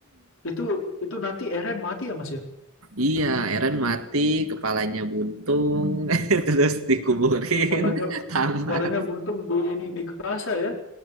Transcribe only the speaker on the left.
Itu itu nanti Eren mati ya Mas ya?
Polanya
Palinnya buntung di ini Mikasa ya.